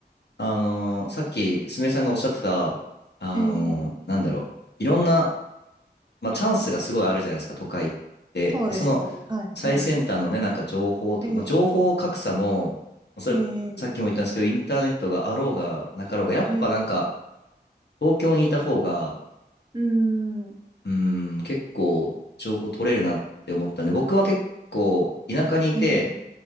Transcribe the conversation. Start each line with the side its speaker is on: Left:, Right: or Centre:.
Left: あのーさっき、すみれさんがおっしゃってた、あのーなんだろう。
Right: い。えー、
Left: いろんな、まあ、チャンスがすごいあるじゃないですか、都会って。
Right: そうですね。
Left: で、その、
Right: はい、
Left: 最先端のね、
Right: はい。
Left: なんか情報と、
Right: え
Left: まあ、情報格差も、それ、
Right: ー、えー、
Left: さっきも言ったんですけど、インターネットがあろうがなかろうが、やっぱなんか、
Right: えー、
Left: 東京にいた方が、
Right: うーん、
Left: うん、結構情報取れるなって思ったんで、僕は結構田舎にいて、
Right: えー、